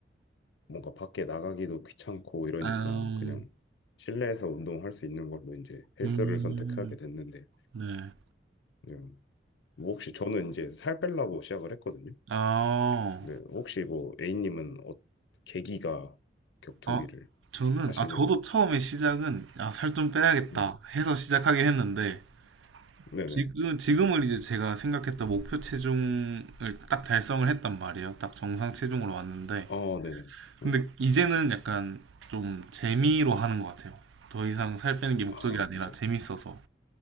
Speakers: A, on the left; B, on the right.
A: 뭔가 밖에 나가기도 귀찮고 이러니까
B: 아,
A: 그냥 실내에서 운동할 수 있는 걸로 이제 헬스를
B: 음,
A: 선택하게 됐는데
B: 네.
A: 그냥 뭐 혹시 저는 이제 살 빼려고 시작을 했거든요.
B: 아,
A: 근데 혹시 뭐 A님은 어, 계기가 격투기를
B: 아, 저는,
A: 하시게
B: 아, 저도
A: 된?
B: 처음에 시작은, 아, 살 좀 빼야겠다
A: 음,
B: 해서 시작하긴 했는데,
A: 네네.
B: 지금, 지금은 이제 제가 생각했던 목표 체중을 딱 달성을 했단 말이에요. 딱 정상 체중으로 왔는데,
A: 어, 네네.
B: 근데
A: 음,
B: 이제는 약간 좀 재미로 하는 것 같아요. 더 이상 살 빼는 게 목적이
A: 아,
B: 아니라
A: 맞아요.
B: 재밌어서